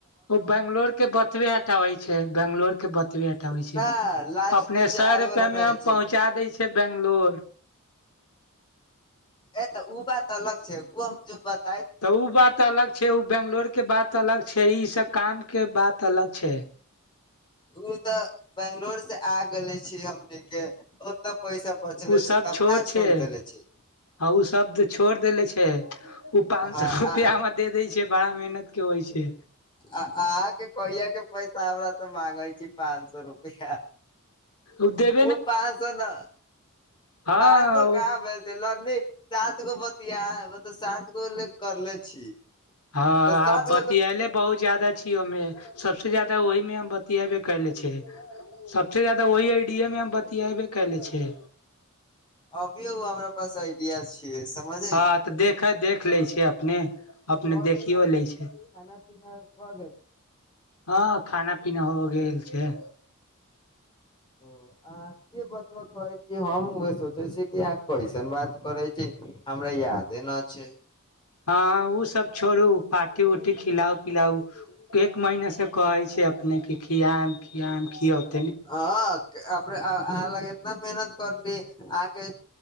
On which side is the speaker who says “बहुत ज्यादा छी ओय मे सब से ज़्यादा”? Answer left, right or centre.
Left